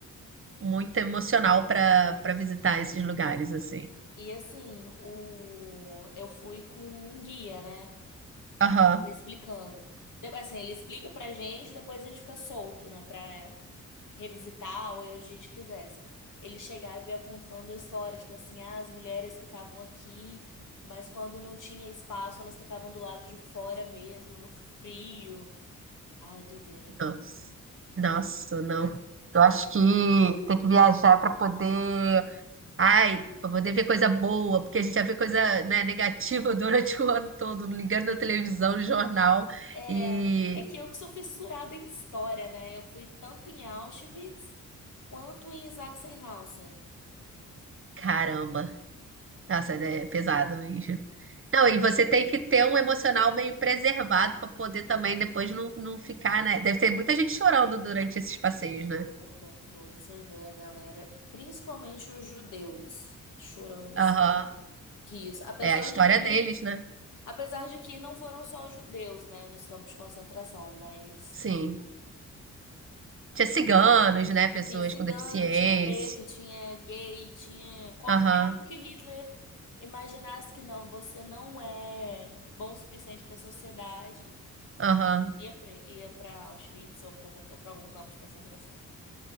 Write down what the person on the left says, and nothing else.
E assim, o... eu fui com um guia, né?
me Explicando. De- Assim, ele explica pra gente, depois a gente fica solto, né? Pra revisitar ou ir onde a gente quisesse. Ele chegava e ia contando histórias, tipo assim, ah, as mulheres ficavam aqui, mas quando não tinha espaço, elas ficavam do lado de fora mesmo, no frio. Ai, doideira.
É,
é que eu que sou fissurada em história, né? Eu fui tanto em Auschwitz quanto em Sachsenhausen.
O tempo todo você vê a galera, principalmente os judeus, chorando assim,
isso. Apesar
de que,
apesar de que não foram só os judeus, né, nos campos de concentração, mas
tinha cigano,
tinha preto, tinha gay, tinha qualquer
um que Hitler imaginasse que não, você não é bom o suficiente para a sociedade,
ia para ia para Auschwitz ou para algum campo de concentração.